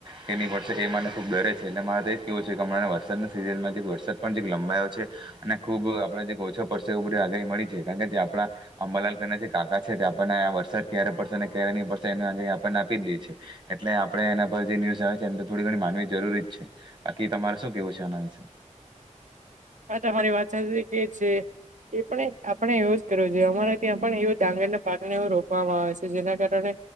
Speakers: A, on the right (about 35°); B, on the right (about 75°).
A: કે નહીં, પડશે એ મને ખૂબ ડરે છે એટલે મારે કેવું છે, કે હમણાં વરસાદના સીઝનમાં વરસાદ પણ લંબાયો છે, અને ખૂબ આપણે ઓછો પડશે એ બધી આગાહી મળી છે, કારણ કે આપણા અંબાલાલના જે કાકા છે, તે આપણને આ વરસાદ ક્યારે પડશે આપને આપી જી છે, એટલે આપણે એના પર જે ન્યુઝ આવે છે, એમ તો થોડી ઘણી માનવી જરૂરી જ છે. બાકી તમારે શું કેવું છે, આના વિશે
B: હા, તમારી વાત સાચી કે છે એ પણ આપણે એવું જ કરવું જોઈએ અમારે ત્યાં પણ એવ ડાંગરને પાકને એવો રોપવામાં આવે છે, જેના કારણે